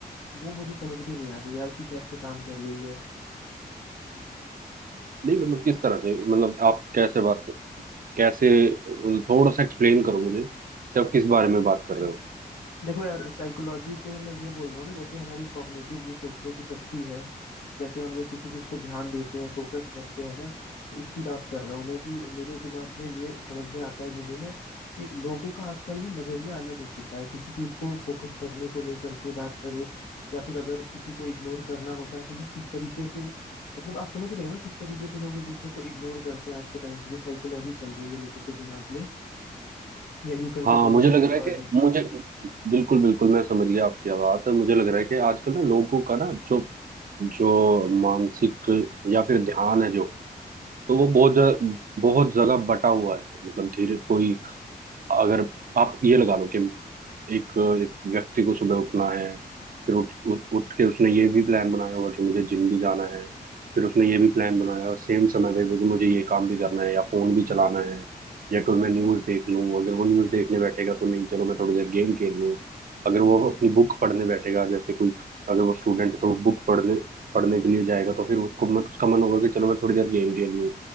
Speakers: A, on the left; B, on the right.
A: वो मुझे समझ में नहीं आ रही यार कि कैसे काम कर रही है
B: नहीं मतलब किस तरह से मतलब आप कैसे बात कर- कैसे थोड़ा सा एक्सप्लेन करो मुझे कि आप किस बारे में बात कर रहे हो
A: देखो यार साइकोलॉजी से मैं ये बोल रहा हूँ ना जैसे हमारी कॉग्निटिव जो सोचने की शक्ति है जैसे हम लोग किसी चीज को ध्यान देते हैं फोकस करते हैं ना उसकी बात कर रहा हूँ मैं कि मेरे दिमाग में ये समझ में आता है मुझे ना कि लोगों का आजकल ना नजरिया अलग हो चुका है किसी चीज को फोकस करने को लेकर के बात करें या फिर अगर किसी को इग्नोर करना होता है तो लोग किस तरीके से मतलब आप समझ रहे हो ना किस तरीके से लोग एक दूसरे को इग्नोर करते हैं आज के टाइम पे जो साइकोलॉजी चल रही है लोगों के दिमाग में या यूं कहें
B: हाँ
A: तो ह्यूमन
B: मुझे लग
A: साइकोलॉजी
B: रहा है कि मुझे बिल्कुल बिल्कुल मैं समझ गया आपकी बात मुझे लग रहा है कि आजकल ना लोगों का ना जो जो मानसिक या फिर ध्यान है जो तो वो बहुत ज- बहुत जगह बटा हुआ है मतलब धीरे कोई अगर आप ये लगा लो कि एक एक व्यक्ति को सुबह उठना है फिर उठ उठ उठ के उसने ये भी प्लान बनाया होगा कि मुझे जिम भी जाना है फिर उसने ये भी प्लान बनाया और सेम समय पे भी कि मुझे ये काम भी करना है या फोन भी चलाना है या कोई मैं न्यूज़ देख लूँ अगर वो न्यूज़ देखने बैठेगा तो नहीं चलो मैं थोड़ी देर गेम खेल लूँ अगर वो अपनी बुक पढ़ने बैठेगा जैसे कोई अगर वो स्टूडेंट है तो वो बुक पढ़ने पढ़ने के लिए जाएगा तो फिर उसको मन- उसका मन होगा कि चलो मैं थोड़ी देर गेम खेल लूँ